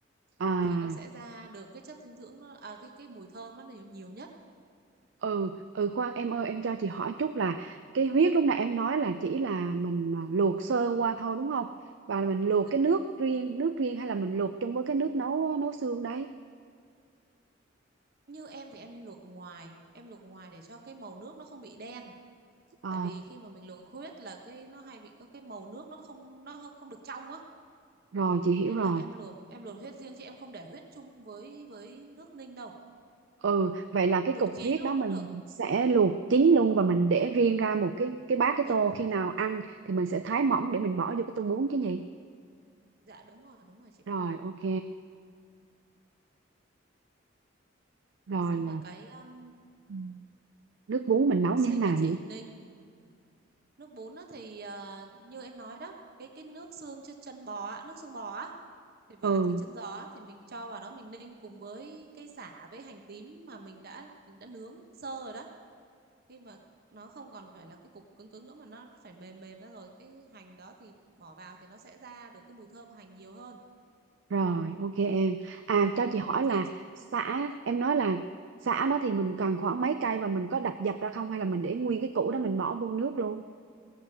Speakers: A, on the right; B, on the right.
A: à
B: thì nó sẽ ra được cái chất dinh dưỡng nó à, cái cái mùi thơm nó nhiều, nhiều nhất.
A: ừ ừ khoan em ơi em cho chị hỏi chút là cái huyết lúc nãy em nói là chỉ là mình à, luộc sơ qua thôi đúng không? Và mình luộc
B: Dạ.
A: cái nước riêng, nước riêng hay là mình luộc chung với cái nước nấu nấu xương đấy?
B: Như em thì em luộc ngoài, em luộc ngoài để cho cái màu nước nó không bị đen
A: Ờ,
B: tại vì khi mà mình luộc huyết là cái nó hay bị có cái màu nước nó không nó không không được trong á
A: rồi chị hiểu
B: nên
A: rồi.
B: là em luộc em luộc huyết riêng chứ em không để huyết chung với với nước ninh đâu
A: Ừ, vậy là cái
B: luộc
A: cục
B: chín
A: huyết
B: luôn
A: đó mình
B: cũng được
A: sẽ luộc chín luôn và mình để riêng ra một cái cái bát cái
B: dạ
A: tô khi nào ăn thì mình sẽ thái mỏng để mình bỏ vô cái tô bún chứ nhỉ?
B: dạ đúng rồi đúng rồi chị
A: Rồi, ok. Rồi
B: xong
A: là
B: rồi cái um,
A: ừ, nước bún mình nấu
B: khi
A: như thế nào
B: mà chị
A: nhỉ?
B: ninh nước bún á thì ờ, như em nói đó cái cái nước xương ch- chân bò á, nước xương bò á thì và
A: Ừ,
B: thịt chân giò á, thì mình cho vào đó mình ninh cùng với cây sả với hành tím mà mình đã mình đã nướng sơ rồi đó khi mà nó không còn phải là cái cục cứng cứng nữa mà nó phải mềm mềm ra rồi cái hành đó thì bỏ vào thì nó sẽ ra được cái mùi thơm hành nhiều hơn
A: rồi, ok em. À
B: đó
A: cho chị hỏi
B: thì
A: là
B: chị
A: sả
B: dạ.
A: em nói là sả đó thì mình cần khoảng mấy cây và mình có đập dập ra không hay là mình để nguyên cái củ đó mình bỏ vô nước luôn?